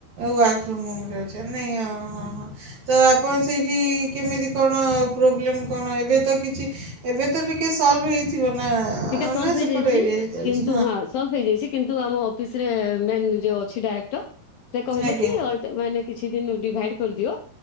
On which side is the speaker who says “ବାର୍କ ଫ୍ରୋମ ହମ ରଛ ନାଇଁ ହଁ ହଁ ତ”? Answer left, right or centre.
Right